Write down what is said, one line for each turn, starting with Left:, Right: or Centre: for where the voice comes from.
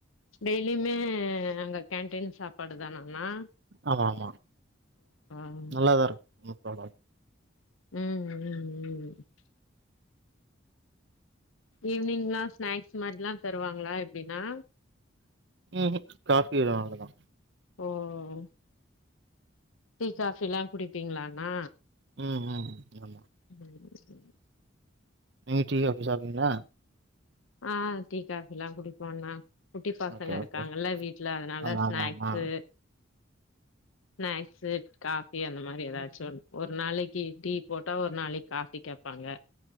Left: டெய்லிமே அங்க கேன்டீன் சாப்பாடு தானாணா
Right: ஆமா ஆமா
Left: ம்
Right: நல்லாதாருக்கு நோ ப்ராப்ளோ
Left: ம் ம் ம் ஈவ்னிங்ல்லா ஸ்நாக்ஸ் மாரிலா தருவாங்களா எப்டிணா
Right: ம் ம் காஃபி வரு அவ்ளோதா
Left: ஓ ஒ டீ காஃபிலா குடிப்பீங்ளாணா
Right: ம் ம் ஆமா
Left: ம் ம்
Right: நீங்க டீ காஃபி சாப்டுவீங்ளா
Left: ஆ டீ காஃபிலா குடிப்போண்ணா குட்டி பசங்க
Right: ஓகே ஓகே
Left: இருக்காங்ல வீட்ல அதனால
Right: ஆமா
Left: ஸ்நாக்ஸு
Right: ஆமா ஆமா
Left: ஸ்நாக்ஸு காஃபி அந்த மாரி எதாச்சொன்னு ஒரு நாளக்கி டீ போட்டா ஒரு நாளக் காஃபி கேப்பான்ங்க